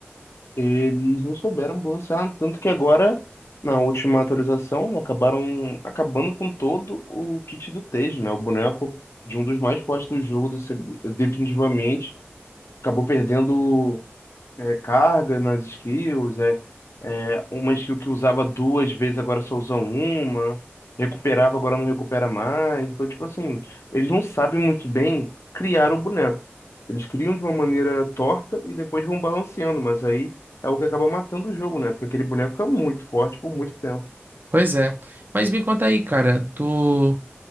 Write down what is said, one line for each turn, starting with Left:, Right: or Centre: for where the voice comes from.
Left: Eles não souberam balancear, tanto que agora, na última atualização, né, acabaram acabando com todo o kit do Tejo, né? O boneco de um dos mais fortes do jogo, desse- definitivamente, acabou perdendo é carga nas skills, é, é uma skill que usava duas vezes, agora só usam uma, recuperava, agora não recupera mais. Então, tipo assim, eles não sabem muito bem criar o boneco. Eles criam de uma maneira torta e depois vão balanceando, mas aí é o que acaba matando o jogo, né? Porque aquele boneco fica muito forte por muito tempo.
Right: Pois é. Mas me conta aí, cara, tu.